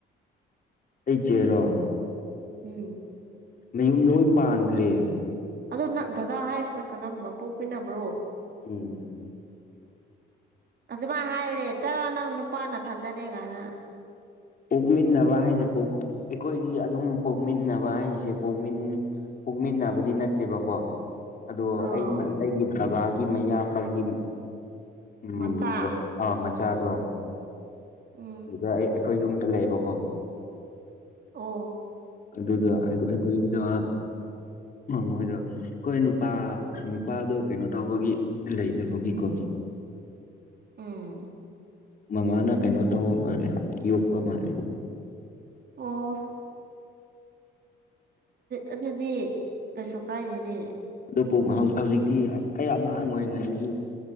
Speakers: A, on the left (about 45°); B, on the right (about 55°).
A: ꯑꯩ ꯆꯦꯔꯣ
B: ꯎꯝ
A: ꯃꯌꯨꯝ ꯂꯣꯏ ꯄꯥꯟꯈ꯭ꯔꯦ
B: ꯑꯗꯣ ꯅꯪ ꯗꯗꯥ ꯍꯥꯏꯔꯤꯁꯤꯅ ꯀꯔꯝꯕ ꯄꯣꯛꯃꯤꯟꯅꯕ꯭ꯔꯣ
A: ꯎꯝ
B: ꯑꯗꯨꯃꯥꯏꯅ ꯍꯥꯏꯕꯅꯦ ꯍꯦꯛꯇ ꯅꯪ ꯅꯨꯄꯥ ꯅꯊꯥꯗꯔ ꯀꯥꯏꯅ
A: ꯄꯣꯛꯃꯤꯟꯅꯕ ꯍꯥꯏꯁꯦ ꯑꯩꯈꯣꯏꯗꯤ ꯑꯗꯨꯝ ꯄꯣꯛꯃꯤꯟꯅꯕ ꯍꯥꯏꯁꯦ ꯄꯣꯛꯃꯤꯟ ꯄꯣꯛꯃꯤꯟꯅꯕꯗꯤ ꯅꯠꯇꯦꯕꯀꯣ ꯑꯗꯣ
B: ꯑꯣ
A: ꯑꯩ ꯑꯩꯒꯤ ꯕꯕꯥꯒꯤ ꯃꯌꯥꯝꯕꯒꯤ ꯎ
B: ꯃꯆꯥ
A: ꯑꯥ ꯃꯆꯥꯗꯣ
B: ꯎꯝ
A: ꯑꯗꯨꯗ ꯑꯩ ꯑꯩꯈꯣꯏ ꯌꯨꯝꯗ ꯂꯩꯌꯦꯕꯀꯣ
B: ꯑꯣ
A: ꯑꯗꯨꯗ ꯑꯩꯈꯣꯏꯅ ꯃꯣꯏꯗ ꯑꯩꯈꯣꯏ ꯅꯨꯄꯥ ꯅꯨꯄꯥꯗꯣ ꯀꯩꯅꯣ ꯇꯧꯕꯒꯤ ꯂꯩꯇꯕꯒꯤꯀꯣ
B: ꯎꯝ
A: ꯃꯃꯥꯅ ꯀꯩꯅꯣ ꯇꯧꯕ ꯃꯥꯜꯂꯦ ꯌꯣꯛꯄ ꯃꯥꯜꯂꯦ
B: ꯑꯣ ꯑꯗꯨꯗꯤ ꯀꯩꯁꯨ ꯀꯥꯏꯗꯅꯦ
A: ꯑꯗꯨꯕꯨ ꯍꯧꯖꯤꯛꯇꯤ ꯑꯩ ꯑꯉꯥꯡ ꯑꯣꯏꯔꯤꯉꯩꯗꯒꯤ